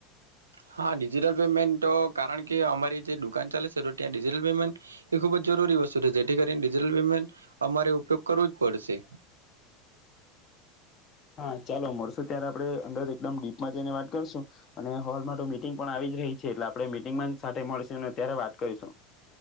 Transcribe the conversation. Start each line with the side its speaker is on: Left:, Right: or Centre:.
Right: હા ડિજિટલ પેમેન્ટ તો કારણ કે અમારી જે દુકાન ચાલે છે તો ત્યાં ડિજિટલ પેમેન્ટ એ ખુબ જ જરૂરી વસ્તુ છે જેથી કરીને ડિજિટલ પેમેન્ટ અમારે ઉપયોગ કરવો જ પડશે.
Left: હા ચાલો મળશું ત્યારે આપણે અંદર એકદમ ડીપમાં જઈને વાત કરશું અને હોલમાં તો મીટિંગ પણ આવી જ રહી છે એટલે આપણે મીટિંગમાં સાથે મળશું ત્યારે વાત કરીશું.